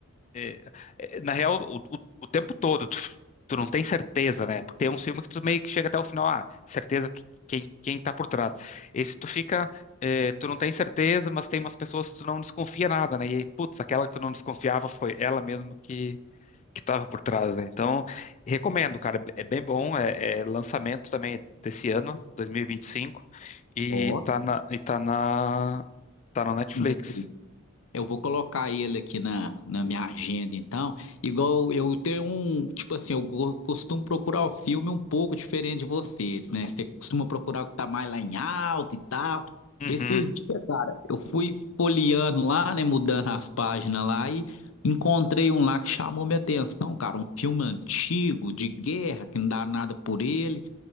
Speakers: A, on the left; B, on the left.
A: É, é, na real, o, o- o tempo todo, tu, tu não tem certeza, né? Porque tem um filme que tu meio que chega até o final, ah, certeza que, quem, quem tá por trás. Esse tu fica, é, tu não tem certeza, mas tem umas pessoas que tu não desconfia nada, né? E, putz, aquela que tu não desconfiava foi ela mesmo que, que tava por trás, né? Então, recomendo, cara, é bem bom, é, é lançamento também desse ano, 2025, e
B: Ó,
A: vinte e cinco, e tá na, e tá na, tá na Netflix.
B: né? Eu vou colocar ele aqui na, na minha agenda, então. Igual eu tenho um, tipo assim, eu go- costumo procurar o filme um pouco diferente de vocês, né? Você costuma procurar o que tá mais lá em alta e tal.
A: Uhum.
B: Esses dias, cara, eu fui folheando lá, né, mudando as páginas lá e encontrei um lá que chamou minha atenção, cara, um filme antigo de guerra que não dá nada por ele.